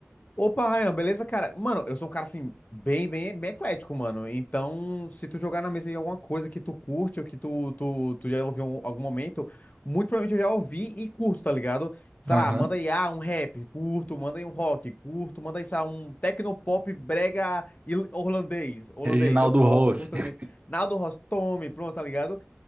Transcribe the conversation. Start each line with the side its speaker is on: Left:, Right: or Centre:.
Left: Opa, Ryan, beleza, cara? Mano, eu sou um cara assim, bem, bem, bem eclético, mano. Então, se tu jogar na mesa aí alguma coisa que tu curte ou que tu, tu, tu já ouviu em algum momento, muito provavelmente eu já ouvi e curto, tá ligado? Sei
Right: Aham.
Left: lá, manda aí, ah, um rap, curto, manda aí um rock, curto, manda aí, sei lá, um tecnopop brega il- holandês, holandês,
Right: Reginaldo
Left: eu, go-
Right: Rossi.
Left: eu curto
Right: <laughs>
Left: também. Naldo Rostome, pronto, tá ligado?